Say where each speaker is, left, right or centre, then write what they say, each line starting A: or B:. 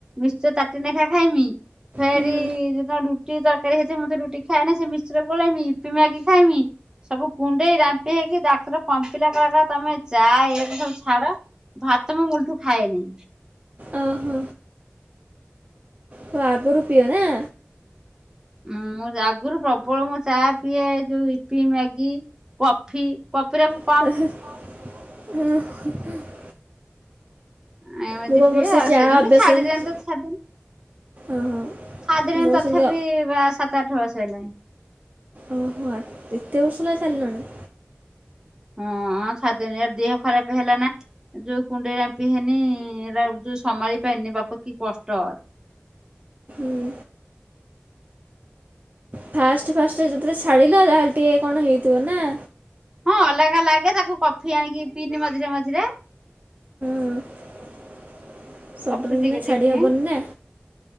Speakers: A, on the right; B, on the right.
A: ମିଶ୍ଚର ତାଟେ ନେଖା ଖାଇମି। ଫେରି
B: ହୁଁ
A: ଯେତଳେ ରୁଟି ତର୍କାରୀ ହେଇଥିବ ମୁ ତ ରୁଟି ଖାଏନି ସେ ମିଶ୍ଚର ଗୋଳେଇମି ଇିପି ମ୍ୟାଗି ଖାଇମି। ସବୁ କୁଣ୍ଡେଇ ରାମ୍ପି ହେଇକି ଡାକ୍ତର କମ୍ପିଲା କଲା କଲା ତମେ ଚା ଏଇଆ କୁ ସବୁ ଛାଡ। ଭାତ ମୁଁ ମୁ୍ଲ୍ଠୁ ଖାଏନି।
B: ଅହ। ତ ଆଗରୁ ପିଅ ନାଁ।
A: ମୁଁ ମୋ ଆଗୁରୁ ପ୍ରବଳ ମୁଁ ଚା ପିଏ ଯୋଉ ଇପି ମ୍ୟାଗି କଫି କଫିରା କୁ
B: <unintelligible>
A: ଆ ଏମିତି
B: ମୁଁ ବା ମୋର
A: ପିଏ
B: ସେ ଚାହା
A: ସେଦିଠୁ
B: ଅଭ୍ୟାସ
A: ଛାଡ଼ି
B: ହେଇଛି
A: ଦେନ୍ତ ଛାଦେନି
B: ଓହୋ
A: ଛାଦେଲିଣି
B: ମୋର
A: ତଥାପି
B: ସେମିତି
A: ବା ସାତ ଆଠ ବର୍ସ ହେଲାଣି।
B: ଉଁ ହୁଁ ଆ ଏତେ ବର୍ସ ହେଲା ଛାଡ୍ଲଣି।
A: ହଁ ଛାଦେନି ଏ ଦେହ ଖରାପ୍ ହେଲା ନା। ଯୋଉ କୁଣ୍ଡେଇ ରାମ୍ପି ହେନେଏରା ଯୋଉ ସମାଳି ପାଇନି ବାପ କି କଷ୍ଟ?
B: ହୁଁ। ଫାଷ୍ଟ ଫାଷ୍ଟ ଯେତେବେଳେ ଛାଡିଲ ଯା ହେଲେ ଟିକେ କଣ୍ ହେଇଥିବ ନାଁ?
A: ହଁ ଅଲଗା ଲାଗେ ତାକୁ କଫି ଆଣିକି ପିଇନି ମଝିରେ ମଝିରେ।
B: ହଁ ସଡନ
A: କଫି
B: ଏନା
A: ଟିକେ ଟିକେ
B: ଛାଡି
A: ପିଏ
B: ହବନି ନାଁ।